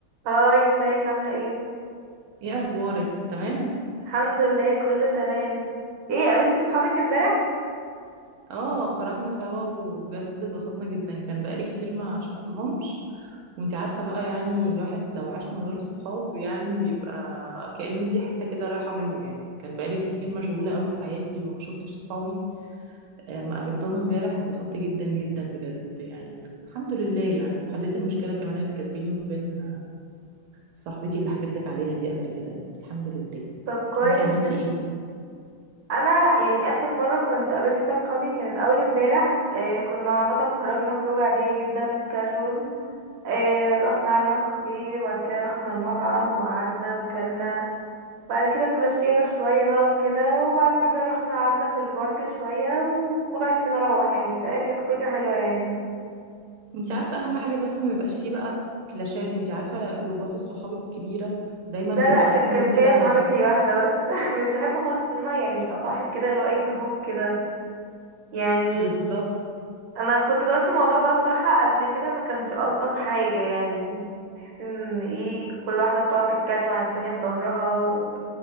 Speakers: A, on the right; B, on the right.
A: هاي ازيك عاملة ايه؟
B: ايه اخبارك تمام
A: الحمد لله كله تمام ايه قابلتي صحابك امبارح؟
B: اه خرجنا سوا وبجد اتبسطنا جدا كان بقالي كتير ما شفتهمش وانت عارفة بقى يعني الواحد لو عاش من غير صحاب يعني بيبقى كأن في حتة كده رايحة منه يعني كان بقالي كتير مشغولة قوي في حياتي وما شفتش صحابي ما قابلتهم امبارح اتبسطت جدا جدا بجد يعني الحمد لله يعني وحليت المشكلة كمان اللي كانت بيني وبين صاحبتي اللي حكيت لك عليها دي قبل كده يعني الحمد لله
A: طب كويس
B: انتي عملتي
A: جدا
B: ايه
A: انا يعني اخر مرة كنت قابلت فيها صحابي كانت اول امبارح إيه كنا عامة خرجنا خروج عادية جدا كاجوال إيه رحنا قعدنا في كافيه وبعد كده رحنا المطعم وقعدنا وكلنا بعد كده اتمشينا شوية بقى وكده وبعد كده رحنا قعدنا في البارك شوية وكل واحد فينا روح يعني فكانت خروجة حلوة يعني
B: انت عارفة اهم حاجة بس ما يبقاش فيه بقى كلاشات انت عارفة جروبات الصحاب الكبيرة دايما
A: لا
B: بيبقى
A: لا ك-
B: فيه اتنين
A: كانت
B: كده
A: هي صاحبتي واحدة بس <laughs> مش بحب خالص ان انا يعني اصاحب كده اللي هو اي جروب كده يعني
B: بالظبط
A: انا كنت جربت الموضوع ده بصراحة قبل كده ما كانش الطف حاجة يعني ان ايه كل واحدة بتقعد تتكلم عن التانية في ظهرها و...